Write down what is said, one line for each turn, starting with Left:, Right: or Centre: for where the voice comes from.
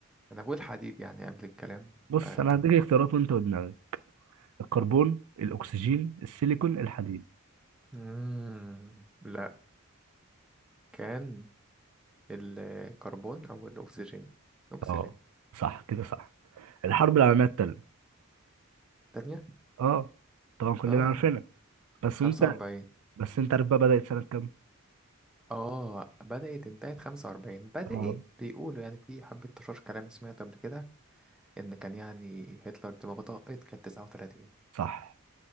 Centre: انا بقول حديد يعني قبل الكلام
Right: بص
Centre: فكم
Right: انا هديك اختيارات وانت ودماغك الكربون الاكسجين السيليكون الحديد
Centre: مم. لا كان الكربون او الاكسجين اكسجين
Right: اه صح كده صح الحرب العالمية التانية
Centre: تانية
Right: اه طبعا كلنا
Centre: اه
Right: عارفينها بس
Centre: 45
Right: انت بس انت عارف بقى بدأت سنة كام
Centre: اه بدأت انتهت 45 بدأت
Right: اه
Centre: بيقولوا يعني في حبة تشاش كلام سمعت قبل كده ان كان يعني هتلر دماغه طاقت كانت 39
Right: صح